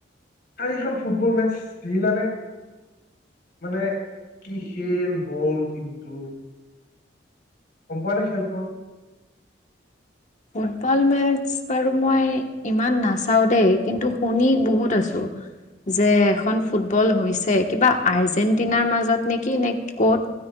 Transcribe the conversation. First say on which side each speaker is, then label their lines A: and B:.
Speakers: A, on the left; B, on the left.
A: কালিখন ফুটবল মেটচ দেখিলানে?
B: <inaudible>
A: মানে কি খেল হ'ল কিন্তু। গমপোৱা নে খেলখন?
B: ফুটবল মেচ বাৰু মই ইমান নাচাওঁ দেই, কিন্তু শুনি বহুত আছো। যে এখন ফুটবল হৈছে, কিবা আৰ্জেণ্টিনাৰ মাজত নেকি নে ক'ত?